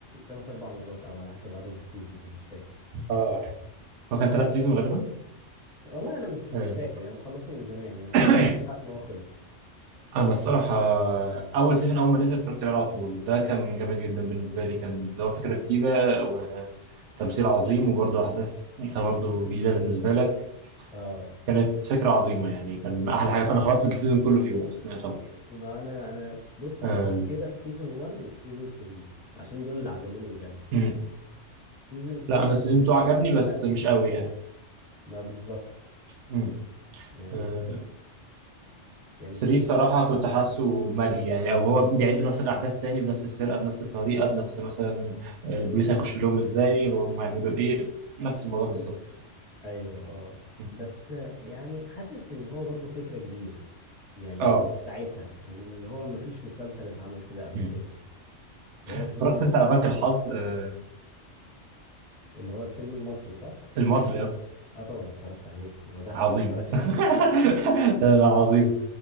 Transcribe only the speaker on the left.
تلات أربع مرات أو على حسب عدد السيزونز مش فاكر
والله انا مش مش
فاكر يعني مخلصه من زمان يعني مخلصه
من ساعه ما هو خلص
اه
ما انا انا بص انا
كده في سيزون 1 وفي سيزون 3 عشان دول اللي عجبوني بجد
سيزون 2
آه،
ما
كانش
قد
كده
بالنسبه
ما بالظبط
يعني
يعني سيزون
ايوه اه
بس آه، يعني حاسس ان هو برضو فكره جديده يعني
ساعتها كان اللي هو ما فيش مسلسل اتعمل كده قبل
كده فهو فكرته
اللي هو الفيلم المصري صح؟
اه طبعا اتفرجت عليه هو ده حد
ما اتفرجش عليه